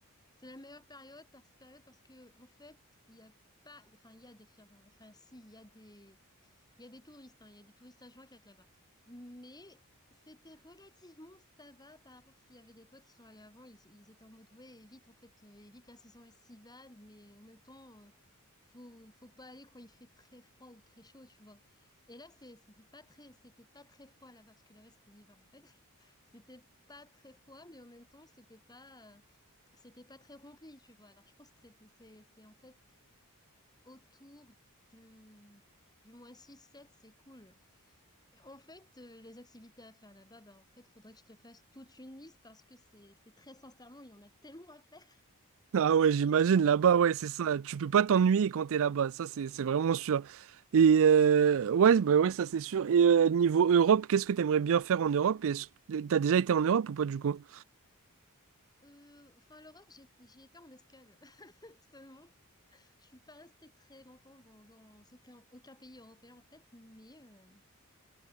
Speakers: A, on the left; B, on the right.
A: c'est la meilleure période, par période parce que, en fait, il y a pas, enfin, il y a des firmes, enfin, si, il y a des, il y a des touristes, hein, il y a des touristes à quatre là-bas. Mais c'était relativement ça va par rapport, parce qu'il y avait des potes qui sont allés avant, ils, ils étaient en mode ouais, évite en fait, euh, évite la saison estivale, mais en même temps, euh, faut, faut pas aller quand il fait très froid ou très chaud, tu vois. Et là, c'est- c'était pas très, c'était pas très froid là-bas, parce que là-bas c'était l'hiver en fait. <laughs> C'était pas très froid, mais en même temps, c'était pas, euh, c'était pas très rempli, tu vois. Alors je pense que c'était, c'est, c'est en fait autour de, du mois six sept c'est cool. En fait, euh, les activités à faire là-bas, bah, en fait, faudrait que je te fasse toute une liste parce que c'est, c'est très sincèrement, il y en a tellement à faire.
B: Ah ouais,
A: <laughs>
B: j'imagine
A: Je pourrais.
B: là-bas, ouais, c'est ça. Tu peux pas t'ennuyer quand t'es là-bas, ça c'est c'est vraiment sûr. Et euh, ouais, bah ouais, ça c'est sûr. Et euh, niveau Europe, qu'est-ce que t'aimerais bien faire en Europe? Est-ce que t'as déjà été en Europe ou pas du coup?
A: Euh, enfin, l'Europe, j'ai- j'y étais en escale <laughs> seulement. Je suis pas restée très longtemps dans, dans aucun, aucun pays européen en fait, mais, euh,